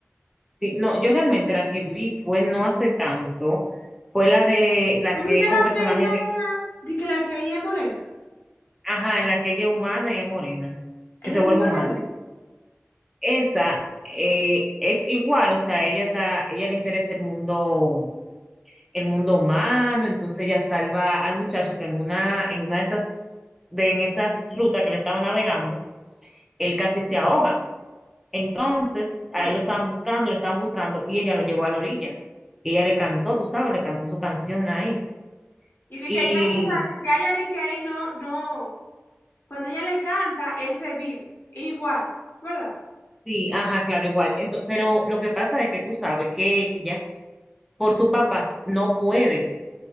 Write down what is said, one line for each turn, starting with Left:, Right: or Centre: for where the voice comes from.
Centre: Sí, no, yo realmente la que vi fue no hace tanto, fue la de la
Left: ¿Tú
Centre: que
Left: viste
Centre: con
Left: la
Centre: personajes,
Left: que ella
Centre: re-
Left: era? De que la que ella es morena.
Centre: ajá, en la que ella es humana y es morena,
Left: Esa
Centre: que se vuelve
Left: sí no
Centre: humana.
Left: la he visto.
Centre: esa eh, es igual, o sea, ella está, ella le interesa el mundo, el mundo humano, entonces ella salva al muchacho que en una, en una de esas, de en esas rutas que le estaba navegando, él casi se ahoga. Entonces, a
Left: Sí.
Centre: él lo estaban buscando, lo estaban buscando, y ella lo llevó a la orilla. Y ella le cantó, tú sabes, le cantó su canción ahí.
Left: Y de
Centre: Y
Left: que ya, esa- ya, ya de que ahí no, no. Cuando ella le canta, él revive. Igual, ¿verdad?
Centre: sí, ajá, claro, igual. Ento- pero lo que pasa es que tú sabes que ella, por sus papás, no puede